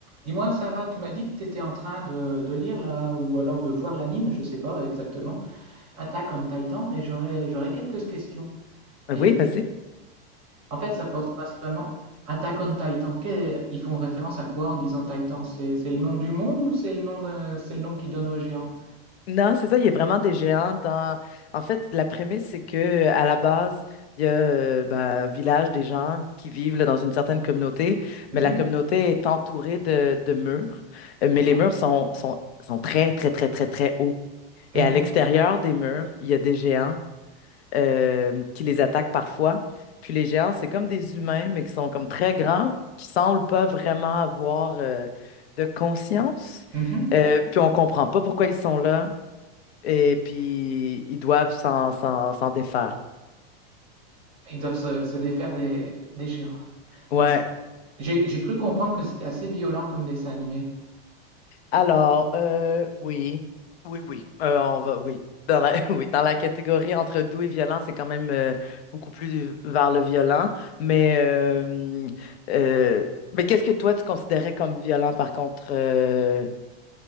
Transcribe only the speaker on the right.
Dis-moi, Sarah, tu m'as dit que tu étais en train de, de lire là, ou alors de voir l'anime, je sais pas exactement, Attack on Titan, et j'aurais j'aurais quelques questions.
Et
en fait, ça pose principalement Attack on Titan. qu'est- ils font référence à quoi en disant Titan? C'est c'est le nom du monde ou c'est le nom de, c'est le nom qu'ils donnent aux géants?
Mhm.
Ouais.
Mhm.
Mhm.
Ils doivent se, se défaire des, des géants.
Ouais, ça- j'ai j'ai cru comprendre que c'était assez violent comme dessin animé.